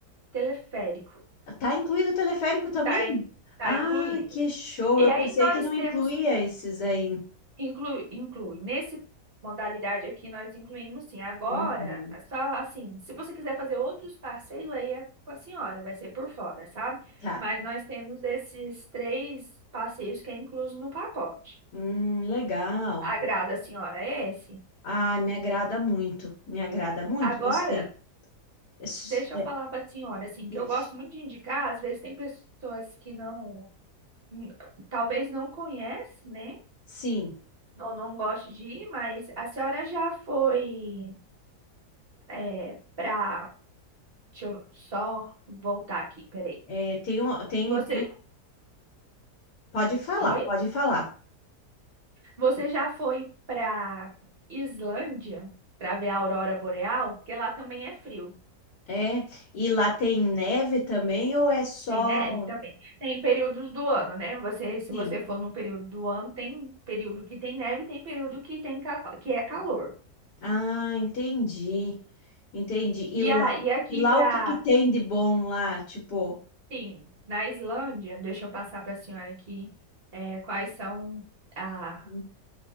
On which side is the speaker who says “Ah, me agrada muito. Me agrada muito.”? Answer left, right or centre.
Left